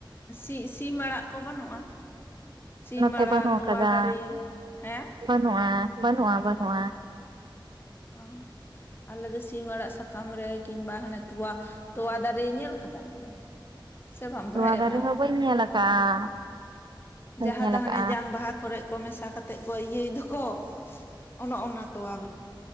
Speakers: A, on the left; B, on the right.
A: ᱥᱤ ᱥᱤᱢ ᱟᱲᱟᱜ ᱠᱚ ᱵᱟᱹᱱᱩᱜ-ᱟ, ᱥᱤᱢ
B: ᱱᱚᱛᱮ
A: ᱟᱲᱟᱜ
B: ᱵᱟᱹᱱᱩᱜ ᱟᱠᱟᱫᱟ
A: ᱛᱚᱣᱟ ᱫᱟᱨᱮ ᱦᱮᱸ᱾
B: ᱵᱟᱹᱱᱩᱜᱼᱟ, ᱵᱟᱹᱱᱩᱜ-ᱟ, ᱵᱟᱹᱱᱩᱜ-ᱟ᱾
A: ᱚ᱾ ᱟᱞᱮ ᱫᱚ ᱥᱤᱢ ᱟᱲᱟᱜ ᱥᱟᱠᱟᱢ ᱨᱮ, ᱠᱤᱢᱵᱟ ᱦᱟᱱᱮ ᱛᱚᱣᱟ ᱛᱚᱣᱟ ᱫᱟᱨᱮ ᱧᱮᱞ ᱠᱟᱫᱟᱢ ᱛᱚ᱾
B: <inaudible>
A: ᱥᱮ ᱵᱟᱢ
B: ᱛᱚᱣᱟ
A: ᱵᱟᱲᱟᱭᱟ
B: ᱫᱟᱨᱮ
A: ᱚᱱᱟ
B: ᱦᱚᱸ ᱵᱟᱹᱧ ᱧᱮᱞ ᱟᱠᱟᱫ-ᱟ? ᱵᱟᱹᱧ
A: ᱡᱟᱦᱟᱸ
B: ᱧᱮᱞ
A: ᱫᱚ
B: ᱟᱠᱟᱫ-ᱟ?
A: ᱦᱟᱱᱮ ᱡᱟᱝ ᱵᱟᱦᱟ ᱠᱚᱨᱮᱜ ᱠᱚ ᱢᱮᱥᱟ ᱠᱟᱛᱮᱫ ᱠᱚ ᱤᱭᱟᱹᱭ ᱫᱚᱠᱚ, ᱚᱱᱚ ᱚᱱᱟ ᱛᱚᱣᱟ